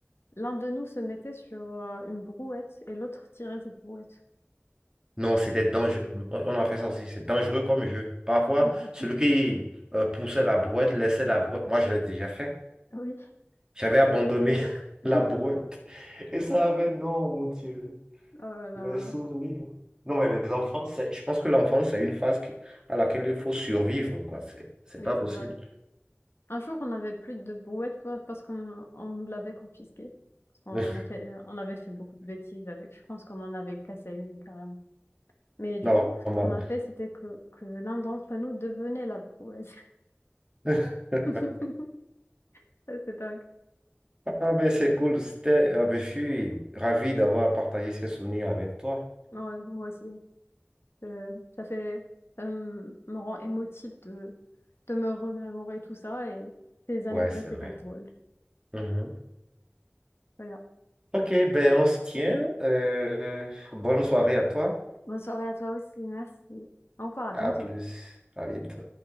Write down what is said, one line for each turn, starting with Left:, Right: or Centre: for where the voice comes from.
Left: l'un de nous se mettait sur euh, une brouette et l'autre tirait cette brouette.
Right: Non, c'était dangereux. On on a fait ça aussi. C'est dangereux comme jeu. Parfois,
Left: Oui.
Right: celui qui euh, poussait la brouette laissait la brouette. Moi, je l'ai déjà fait.
Left: Oui.
Right: J'avais abandonné <laughs>
Left: <laughs>
Right: la brouette. Et ça avait, non, mon Dieu,
Left: Oh là là.
Right: les souvenirs. Non, mais les enfants, c'est- je pense que l'enfance, c'est une phase qui- à laquelle il faut survivre, quoi. C'est c'est
Left: Oui,
Right: pas possible.
Left: c'est vrai. Un jour, on n'avait plus de brouette pa- parce qu'on on nous l'avait confisquée. Parce qu'on
Right: <laughs>
Left: a fait, on avait fait beaucoup de bêtises avec. Je pense qu'on en avait cassé une carrément. Mais du
Right: Normal.
Left: coup, ce qu'on a fait, c'était que, que l'un d'entre nous devenait la brouette.
Right: <laughs>
Left: <laughs> Ça, C'est dingue.
Right: Ah ben c'est cool, c'était, ah ben, je suis ravi d'avoir partagé ces souvenirs avec toi.
Left: Ouais, moi aussi. Euh, ça fait, ça me me rend émotive de, de me remémorer tout ça et ces anecdotes
Right: Ouais, c'est vrai.
Left: étaient drôles.
Right: Mhm.
Left: Voilà.
Right: Ok, ben on se tient. Euh, bonne soirée à toi.
Left: Bonne soirée à toi aussi, merci. Au revoir, à bientôt.
Right: À plus. À bientôt.